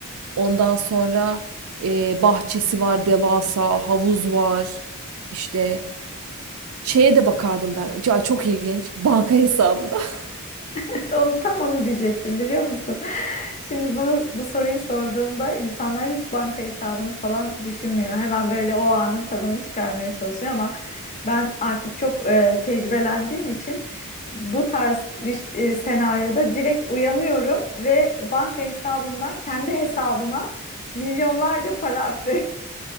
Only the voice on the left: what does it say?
<laughs> Onu tam onu diyecektim biliyor musun? <laughs> Şimdi bunu bu soruyu sorduğumda insanlar hiç banka hesabını falan düşünmüyor. Hemen böyle o anın tadını çıkarmaya çalışıyor ama ben artık çok e, tecrübelendiğim için bu tarz bir e, senaryoda direkt uyanıyorum ve banka hesabımdan kendi hesabıma milyonlarca para aktı.